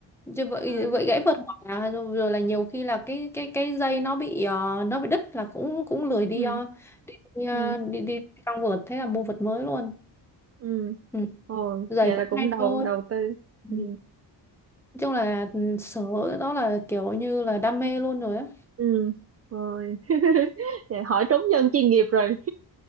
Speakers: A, in the centre; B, on the right.
A: Chứ vậy
B: Ờ,
A: vậy gãy vượt hoặc là rồi, rồi là nhiều khi là cái cái cái dây nó bị ờ, nó bị đứt là cũng cũng lười đi
B: ừ
A: ờ, đi, đi, ờ,
B: ừ
A: đi đi trong vợt thế là mua vượt mới luôn.
B: ừ
A: Ừ.
B: Ôi,
A: Giày
B: vậy là
A: cũng
B: cũng
A: hay
B: đầu
A: thôi.
B: đầu tư
A: Ừ.
B: ừ
A: Nói chung là ừ, sở đó là kiểu như là đam mê luôn rồi á.
B: ừ rồi <laughs> vậy hỏi trúng dân chuyên nghiệp rồi